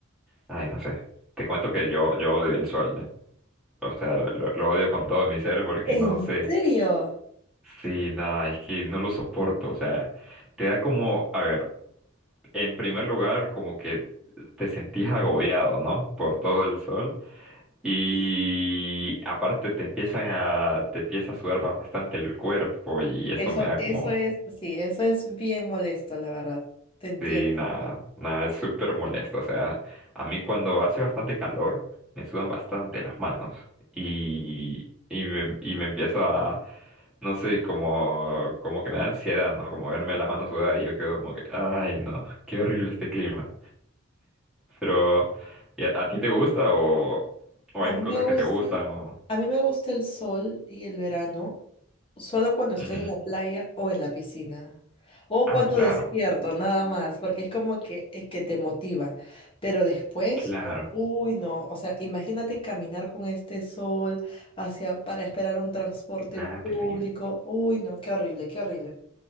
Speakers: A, in the centre; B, on the left.
A: Ay, no sé. Te cuento que yo, yo odio el sol. ¿eh? O sea, lo, lo- odio con todo mi ser porque
B: ¿En
A: no sé.
B: serio?
A: Sí, nada, es que no lo soporto. O sea, te da como... A ver, en primer lugar, como que te sentís agobiado, ¿no? Por todo el sol. Y aparte te empiezan a, te empieza a sudar bastante el cuerpo y eso
B: Eso,
A: me da
B: eso
A: como,
B: es, sí, eso es bien molesto, la verdad. Te entiendo.
A: sí, nada, nada, es súper molesto. O sea, a mí cuando hace bastante calor me sudan bastante las manos y, y me, y me empiezo a, no sé, como, como que me da ansiedad, ¿no? Como verme las manos sudadas y yo quedo como que, ay, no, qué horrible este clima. Pero, ¿y a, a ti te gusta o, o
B: A
A: hay
B: mí
A: cosas
B: me gusta,
A: que te gustan o...
B: a mí me gusta el sol y el verano solo cuando estoy
A: Ujú.
B: en la playa o en la piscina. O
A: Ah,
B: cuando
A: claro,
B: despierto, nada más, porque es como que, eh, que te motiva. Pero después,
A: claro.
B: no, uy, no. O sea, imagínate caminar con este sol hacia, para esperar un transporte
A: Nada,
B: público.
A: terrible.
B: Uy, no, qué horrible, qué horrible.